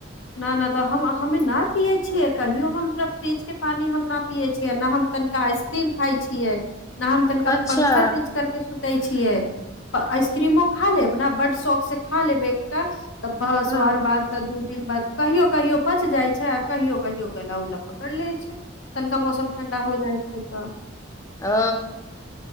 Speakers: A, on the left (about 80°); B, on the left (about 15°).
A: ना तऽ हम आहा हमे नहि पियऐ छियै कहियो हम सभ फ्रिज के पानि हम नहि पियऐ छियै नहि हम तनिका आइस क्रीम खाय छियै न हम तनिका
B: अच्छा
A: पंखा तेज क सुतै छियै आइसक्रीमो खा लेब ने बड़ शौख से खा लेब एकटा <unintelligible> तऽ बस
B: हँ
A: आकार बाद से दू तीन बेर कहियो कहियो पचि जाइत छै आ कहियो कहियो गल्ला उला पकड़ि लैय छै तनिका मौसम ठण्डा हो जाइ छै त
B: अ